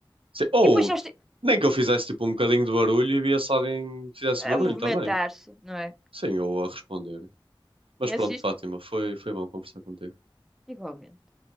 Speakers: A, on the right; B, in the centre.
A: Sim. Ou
B: E depois eles ti-
A: nem que eu fizesse tipo um bocadinho de barulho e via se alguém fizesse
B: a
A: barulho
B: movimentar-se,
A: também.
B: não é?
A: Sim, eu a responder. Mas
B: Conheces
A: pronto,
B: isto?
A: Fátima, foi, foi bom conversar contigo.
B: Igualmente.